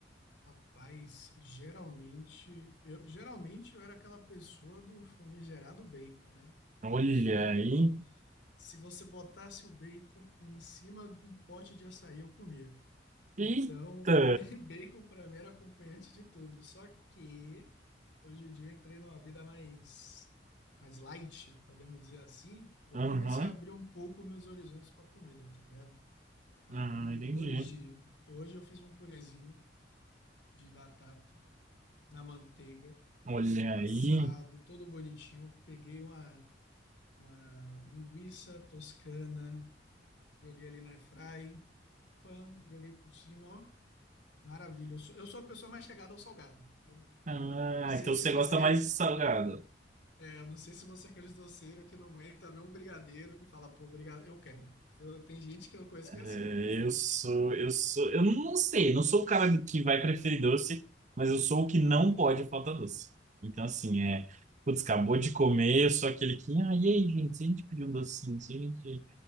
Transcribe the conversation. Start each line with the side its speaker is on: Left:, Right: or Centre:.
Left: Rapaz, geralmente eu, geralmente eu era aquela pessoa do famigerado bacon, né? Aquela
Right: Olha
Left: pessoa que
Right: aí,
Left: se você botasse o bacon em cima de um pote de açaí, eu comia.
Right: eita,
Left: Então, <laughs> bacon para mim era acompanhante de tudo. Só que hoje em dia eu entrei numa vida mais, mais light, podemos dizer assim. Eu
Right: aham,
Left: comecei a abrir um pouco meus horizontes para comida, tá ligado? Aí
Right: ah, entendi.
Left: hoje, hoje eu fiz um purezinho de batata na manteiga,
Right: Olha
Left: amassado,
Right: aí.
Left: todo bonitinho. Peguei uma, uma linguiça toscana, joguei ali na airfry, pan, joguei por cima, ó. Maravilha. Eu sou, eu sou a pessoa mais chegada ao salgado. Eu
Right: Ah,
Left: não sei
Right: então
Left: se
Right: você
Left: você,
Right: gosta mais de salgado.
Left: é, eu não sei se você é aqueles doceiros que não aguenta ver um brigadeiro que fala, pô, brigadeiro, eu quero. Eu, tem gente que eu conheço que
Right: É,
Left: é assim.
Right: eu sou, eu sou, eu não sei, não sou o cara que vai preferir doce, mas eu sou o que não pode faltar doce. Então, assim, é, putz,
Left: Ah,
Right: acabou de comer, eu sou aquele que, ah, e aí, gente, se a gente pedir um docinho, se a gente,